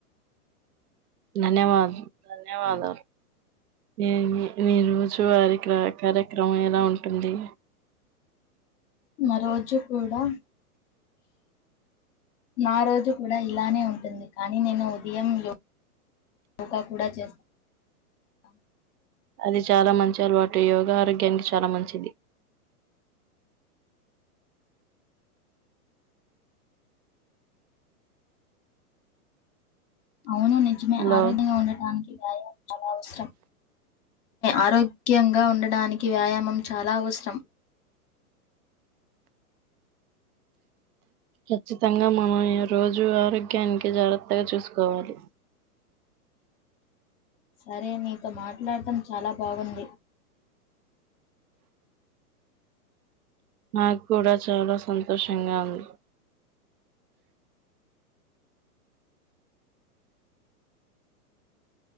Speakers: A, on the right (about 70°); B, on the left (about 50°).
A: ధన్యవాద ధన్యవాదాలు న నీ రోజు వారి క కార్యక్రమం ఎలా ఉంటుంది
B: న రోజు కూడా నా రోజు కూడా ఇలానే ఉంటుంది కానీ నేను ఉదయం యో ఇంకా కూడా చేస్తా అ
A: అది చాలా మంచి అలవాటు యోగ ఆరోగ్యానికి చాలా మంచిది
B: అవును నిజమే
A: హలో
B: ఆరోగ్యంగా ఉండటానికి కి నాయా అనవసరం ఆరోగ్యంగా ఉండడానికి వ్యాయామం చాలా అవసరం
A: ఖచ్చితంగా మనం ఈ రోజు ఆరోగ్యానికి జాగ్రత్తగా చూసుకోవాలి
B: సరే నీతో మాట్లాడటం చాలా బాగుంది
A: నాకు కూడా చాలా సంతోషంగా ఉంది